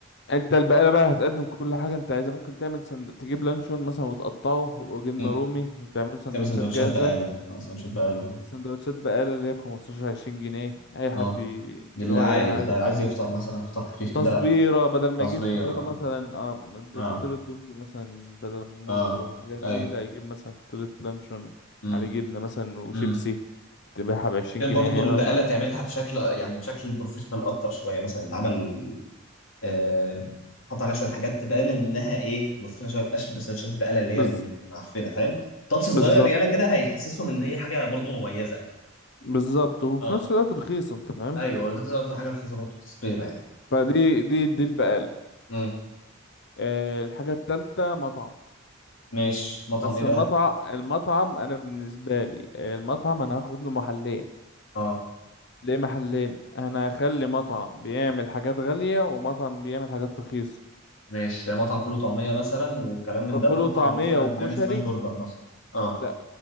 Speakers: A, on the left (about 60°); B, on the left (about 80°).
A: انت البقالة بقى هتقدم كل حاجة انت عايزها ممكن تعمل سند... تجيب لانشون مثلا وتقطعه وجبنة
B: م.
A: رومي وتعمله سندوتشات
B: تعمل سندوتشات
A: جاهزة
B: بقالة اه سندوتشات بقالة
A: سندوتشات بقالة اللي هي بخمستاشر عشرين جنيه اي حد
B: اه
A: ي-
B: ده
A: اللي
B: اللي
A: هو
B: عايز
A: ايه عايز
B: بقى اللي عايز يفطر مثلا فطار خفيف كده
A: تصبيرة بدل ما
B: تصبير
A: يجيب فطيرة
B: اه
A: مثلا اه مد-
B: اه
A: فطيرة دومتي مثلا بدل مولتو
B: اه
A: الحاجات
B: ايوه
A: دي لا يجيب مثلا فطيرة لانشون
B: امم
A: على جبنة مثلا وشيبسي
B: امم
A: تبيعها بعشرين
B: كان
A: جنيه
B: برضو البقالة
A: هي بقى ف...
B: تعملها بشكل يعني بشكل بروفيشنال اكتر شويه مثلا يتعمل آه حط عليها شويه حاجات تبان انها ايه بروفيشنال شويه مبقاش بس شد البقاله اللي هي
A: بز...
B: المعفنه فاهم تاتش
A: بالظبط
B: صغير يالا كده هيحسسهم ان هي حاجه برضو مميزه يعني
A: بالظبط وفي
B: اه
A: نفس الوقت رخيصة انت فاهم
B: ايوه انت بتقول حاجه رخيصه برضو تصبيره يعني
A: فدي دي دي البقالة
B: امم
A: آه، الحاجة التالتة مطعم
B: ماشي مطعم
A: بس
B: ايه بقى
A: المطعم المطعم أنا بالنسبة لي آه، المطعم أنا هاخد له محلين
B: اه
A: ليه محلين أنا هخلي مطعم بيعمل حاجات غالية ومطعم بيعمل حاجات رخيصة
B: ماشي مطعم فول وطعميه مثلا وكلام من ده
A: فول
B: ومطعم
A: وطعمية
B: مثلا
A: وكشري
B: بيعمل سماش برجر مثلا اه
A: لا